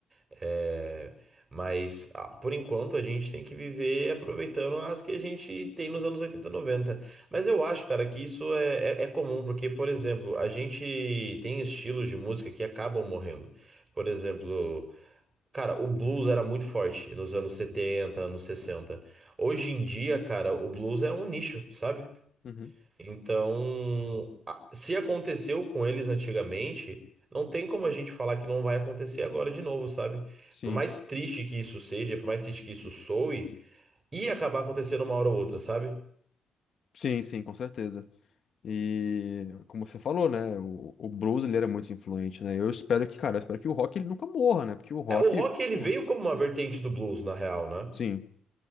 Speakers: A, on the right (about 30°); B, on the left (about 50°).
A: É, mas ah, por enquanto a gente tem que viver aproveitando as que a gente tem nos anos oitenta noventa Mas eu acho, cara, que isso é, é é comum, porque, por exemplo, a gente tem estilos de música que acabam morrendo. Por exemplo. Cara, o blues era muito forte nos anos 70, anos 60. Hoje em dia, cara, o blues é um nicho, sabe?
B: Uhum.
A: Então, a- se aconteceu com eles antigamente, não tem como a gente falar que não vai acontecer agora de novo, sabe?
B: Sim,
A: Por mais triste que isso seja, por mais triste que isso soe, ia acabar acontecendo uma hora ou outra, sabe?
B: sim, sim, com certeza. E como você falou, né? O, o blues ele era muito influente, né? Eu espero que, cara, eu espero que o rock ele nunca morra, né? Porque o rock,
A: É, o rock ele
B: pô,
A: veio como uma vertente do blues, na real, né?
B: sim,